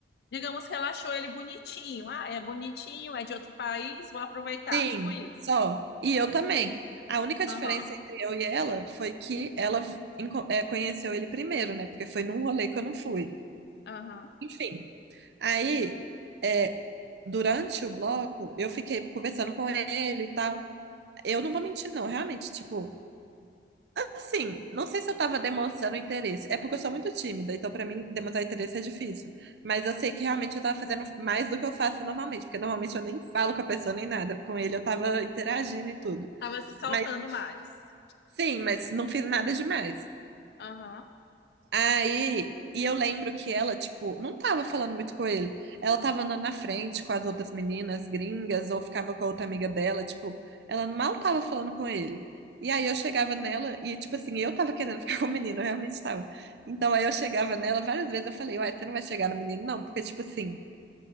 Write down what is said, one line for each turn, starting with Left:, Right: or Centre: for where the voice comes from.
Left: Digamos que ela achou ele bonitinho. Ah, é bonitinho, é de outro país, vou aproveitar.
Right: Sim,
Left: Tipo isso.
Right: só. E eu também. A única
Left: Aham,
Right: diferença entre eu e ela foi que ela enco- eh, conheceu ele primeiro, né? Porque foi num rolê que eu não fui.
Left: aham.
Right: Enfim. Aí, eh, durante o bloco, eu fiquei conversando com ele e tal. Eu não vou mentir, não. Realmente, tipo, Assim, não sei se eu tava demonstrando interesse. É porque eu sou muito tímida, então pra mim demonstrar interesse é difícil. Mas eu sei que realmente eu tava fazendo mais do que eu faço normalmente, porque normalmente eu nem falo com a pessoa nem nada. Com ele eu tava interagindo e tudo.
Left: Tava se soltando
Right: Mas
Left: mais.
Right: sim, mas não fiz nada demais.
Left: Aham.
Right: Aí, e eu lembro que ela, tipo, não tava falando muito com ele. Ela tava andando na frente com as outras meninas gringas, ou ficava com a outra amiga dela, tipo, ela mal tava falando com ele. E aí eu chegava nela e, tipo assim, eu tava querendo <laughs> ficar com o menino, eu realmente tava. Então aí eu chegava nela várias vezes, eu falei, uai, você não vai chegar no menino, não, porque, tipo assim,